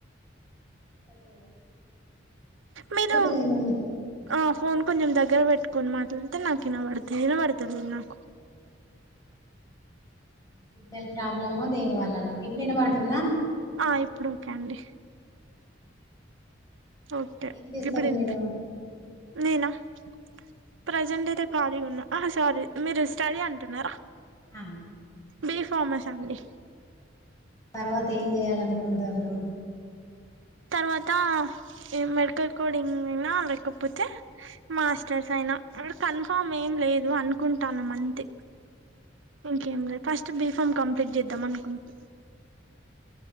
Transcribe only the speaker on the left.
ఎక్కడకి
<unintelligible>
సిగ్నల్ ప్రాబ్లమ్ దేని వల్లనో ఇప్పుడు వినపడుతుందా
ఏం చేస్తారు
మీరు
అ
తర్వాత ఏం చేయాలనుకుంతుండ్రు